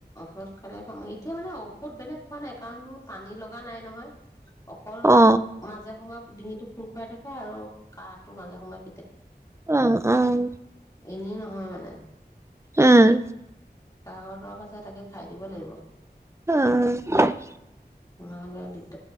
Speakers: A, on the left; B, on the right.
A: মস খালে ক এতিয়া মানে ঔষধ বেলেগ খোৱা নাই কাৰণ মোৰ পানী লগা নাই নহয় অকল মানে,
B: অ
A: মাজে সময়ে। ডিঙিটো খুৰ খুৰাই থাকে আৰু কাহটো মাজে সমোয়ে
B: অ অ'হ
A: এনেই নহয় মানে
B: উম
A: কাহৰ দৰৱ আছে, তাকে খাই দিব লাগিব
B: অ'!
A: <unintelligible>